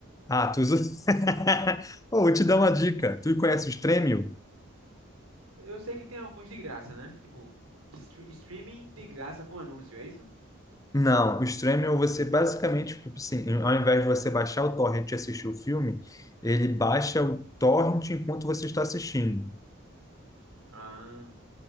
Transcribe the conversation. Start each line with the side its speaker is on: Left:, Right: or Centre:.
Left: Ah, tu usa... <laughs> Oh, vou te dar uma dica. Tu conhece o Stremio?
Right: Eu sei que tem alguns de graça, né? Tipo, que stre- streaming de graça com anúncio, é isso?
Left: Não, o Stremio você basicamente, tipo assim, ao invés de você baixar o torrent e assistir o filme, ele baixa o torrent enquanto você está assistindo.
Right: Ah,